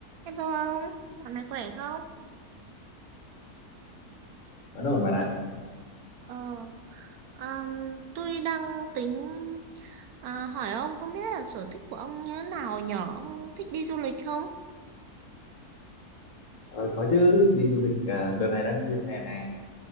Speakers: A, on the right (about 75°); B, on the left (about 55°).
A: Hello ông, dạo này khỏe không?
B: vẫn ổn bạn ạ
A: Ờ, ờm, tôi đang tính à, hỏi ông không biết là sở thích của ông như thế nào nhở? Ông thích đi du lịch không?
B: ờ, có chứ đi du lịch à, đợt này đang dịp hè này